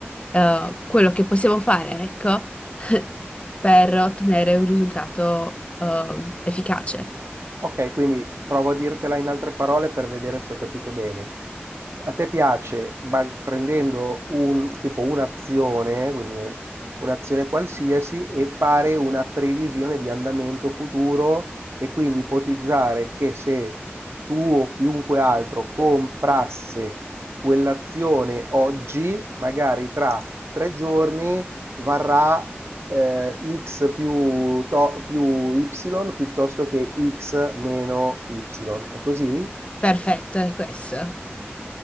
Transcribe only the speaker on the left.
eh, quello che possiamo fare, ecco, <laughs> per ottenere un risultato eh, efficace.
Perfetto, è questo.